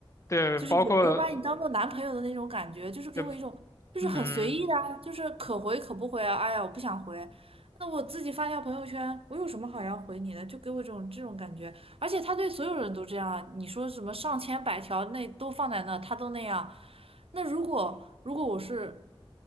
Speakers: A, on the left; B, on the right.
A: 对，
B: 就是也没有把你当做男朋友的那种感觉，
A: 包括，
B: 就是给我一种就是很随意的啊，
A: 呃嗯，
B: 就是可回可不回啊。哎呀，我不想回，那我自己发一下朋友圈，我有什么好要回你的？就给我这种这种感觉，而且他对所有人都这样啊，你说什么上千百条那都放在那，他都那样。那如果如果我是，